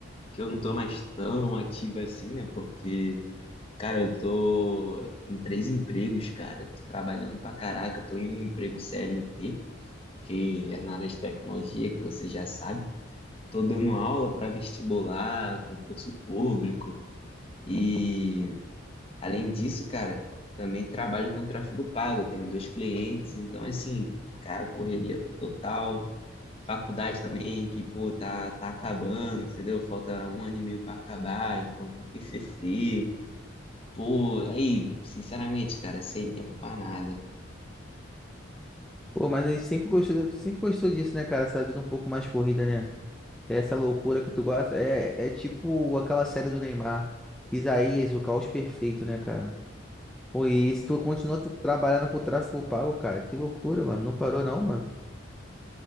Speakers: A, on the left; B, in the centre.
A: que eu não tô mais tão ativo assim, né? Porque, cara, eu tô em três empregos, cara. Tô trabalhando pra caraca. Tô em um emprego CLT, que é na área de tecnologia, que você já sabe. Tô dando aula pra vestibular, concurso público. E, além disso, cara, também trabalho com tráfego pago. Eu tenho dois clientes, então, assim, cara, correria total faculdade também, que, pô, tá, tá acabando, entendeu? Falta um ano e meio pra acabar, então tem TCC. Pô, aí, sinceramente, cara, sem tempo pra nada.
B: Pô, mas a gente sempre gostou, de- sempre gostou disso, né, cara? Essa vida um pouco mais corrida, né? Essa loucura que tu gosta é, é tipo aquela série do Neymar. Isaías, o caos perfeito, né, cara? Pô, e se tu continua tu trabalhando com o tráfego pago, cara, que loucura, mano. Não parou não, mano.